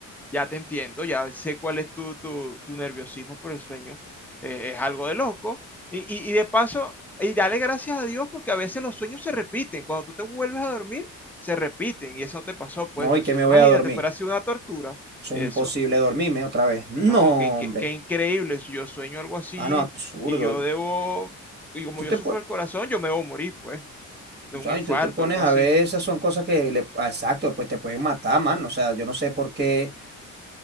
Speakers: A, in the centre; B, on the right.
A: Ya te entiendo, ya sé cuál es tu, tu, tu nerviosismo por el sueño. eh, es algo de loco. Y, y, y de paso, y dale gracias a Dios porque a veces los sueños se repiten. Cuando tú te vuelves a dormir, se repiten. Y eso no te pasó, pues,
B: No,
A: pues
B: y que
A: si
B: me
A: no, imagínate,
B: voy a dormir.
A: fuera así una tortura.
B: Eso
A: Eso,
B: es imposible dormirme otra vez. No,
A: ¿no? Qué, qué,
B: hombre.
A: qué increíble. Si yo sueño algo así
B: Ah, no, absurdo.
A: y yo debo, y como
B: Tú te,
A: yo sufro
B: pon-
A: el corazón, yo me debo morir, pues, de
B: o
A: un
B: sea,
A: infarto,
B: y tú te pones
A: algo
B: a
A: así.
B: ver, esas son cosas que le, ah, exacto, después te pueden matar, mano. O sea, yo no sé por qué